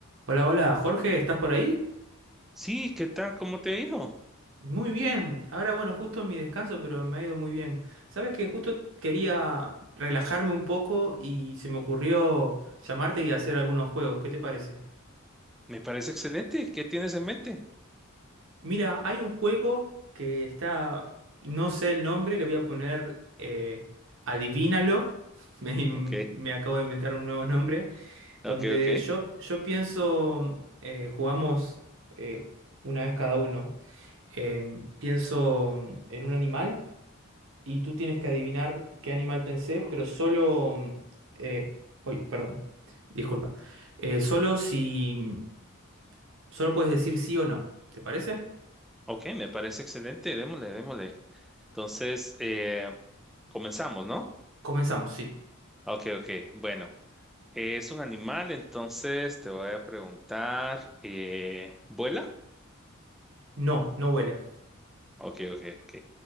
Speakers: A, on the right (about 65°); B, in the centre.
A: Hola, hola, Jorge, ¿estás por ahí?
B: Sí, ¿qué tal? ¿Cómo te ha ido?
A: Muy bien. Ahora, bueno, justo en mi descanso, pero me ha ido muy bien. Sabes que justo quería relajarme un poco y se me ocurrió llamarte y hacer algunos juegos. ¿Qué te parece?
B: Me parece excelente. ¿Qué tienes en mente?
A: Mira, hay un juego que está, no sé el nombre, le voy a poner eh, Adivínalo. <laughs> Me,
B: Ok,
A: me acabo de inventar un nuevo nombre,
B: ok,
A: donde
B: ok.
A: yo, yo pienso, eh, jugamos eh, una vez cada uno. eh, pienso mm, en un animal y tú tienes que adivinar qué animal pensé, pero solo... mm, eh, uy, perdón, disculpa. Eh, solo si... mm, Solo puedes decir sí o no, ¿te parece?
B: Ok, me parece excelente. Démosle, démosle. Entonces, eh, comenzamos, ¿no?
A: Comenzamos, sí.
B: Ok, ok. Bueno, es un animal, entonces te voy a preguntar, eh, ¿vuela?
A: No, no vuela.
B: Ok, ok, ok.